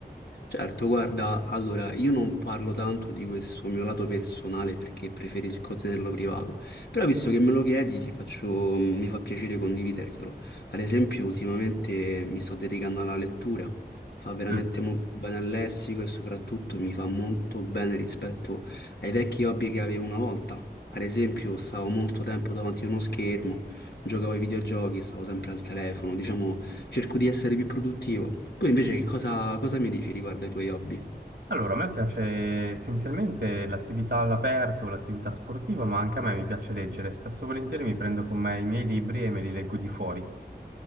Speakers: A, on the left; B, on the right.
A: Certo, guarda, allora io non parlo tanto di questo mio lato personale perché preferisco tenerlo privato, però visto che me lo chiedi ti faccio, mi fa piacere condividertelo. Ad esempio, ultimamente mi sto dedicando alla lettura, fa veramente
B: Mm.
A: molto bene al lessico e soprattutto mi fa molto bene rispetto ai vecchi hobby che avevo una volta. Ad esempio, stavo molto tempo davanti a uno schermo giocavo ai videogiochi, stavo sempre al telefono, diciamo, cerco di essere più produttivo. Poi invece che cosa, cosa mi dici riguardo ai tuoi hobby?
B: Allora, a me piace essenzialmente l'attività all'aperto, l'attività sportiva, ma anche a me mi piace leggere. Spesso e volentieri mi prendo con me i miei libri e me li leggo di fuori.